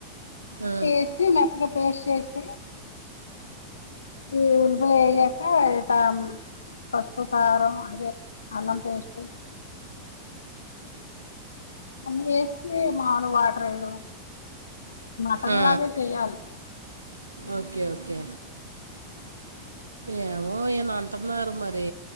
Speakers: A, on the right (about 80°); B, on the left (about 70°).
A: ఆ,
B: <unintelligible> ఎసి మెత్తగా పేస్ట్ చేసి ఊ ఉల్ పాయి ఎగక తామ్ పసుపు కారం అందె అల్లం పేస్ట్ అన్ని ఏశి మాడు <unintelligible> వాట్ర్ రైడు మటన్
A: ఆ.
B: లాగే చేయాలీ
A: ఓకే ఓకే ఏమో ఈయన అంటున్నారు మరి